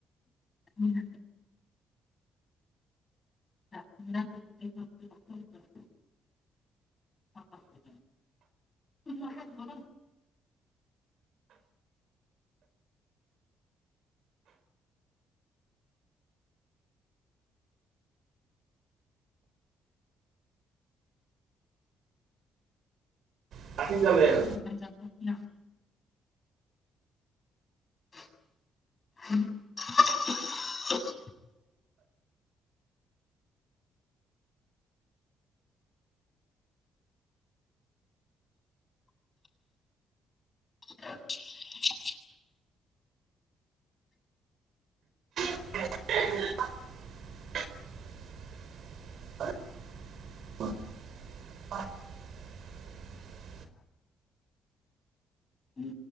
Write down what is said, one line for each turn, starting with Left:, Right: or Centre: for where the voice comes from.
Left: উম <unintelligible>
Right: যাব
Left: আ সপ্ ন <unintelligible> <unintelligible>
Right: আ <inaudible>
Left: উম